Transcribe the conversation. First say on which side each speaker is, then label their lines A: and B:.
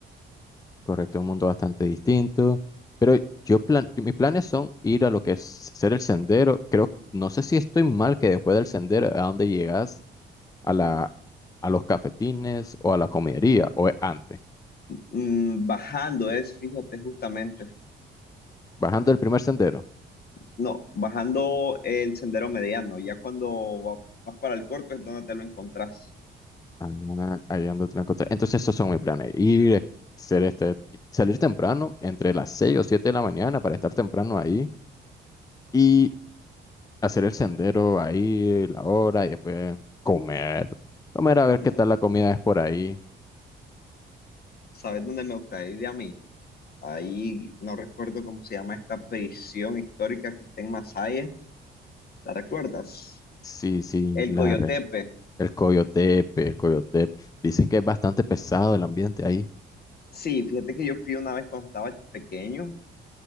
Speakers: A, on the left; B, on the left.
A: Correcto, un mundo bastante distinto. Pero yo plan, yo- mis planes son ir a lo que es ser el sendero. Creo, no sé si estoy mal que después del sendero a dónde llegas a la, a los cafetines o a la comidería o es antes,
B: Mm, bajando es, fíjate, justamente.
A: bajando el primer sendero.
B: No, bajando el sendero mediano. Ya cuando va- vas para el corto es donde te lo encontrás.
A: Ah, ahí ando te la encontré. Entonces esos son mis planes. Ir, eh, ser este, salir temprano entre las 6 o 7 de la mañana para estar temprano ahí y hacer el sendero ahí, la hora y después comer. Comer a ver
B: Como,
A: qué tal la comida es por ahí.
B: ¿sabes dónde me gusta ir a mí? Ahí no recuerdo cómo se llama esta prisión histórica que está en Masaya. ¿La recuerdas?
A: Sí, sí,
B: El
A: la,
B: Coyotepe.
A: re- el Coyotepe, el Coyotepe. Dicen que es bastante pesado el ambiente ahí.
B: Sí, fíjate que yo fui una vez cuando estaba pequeño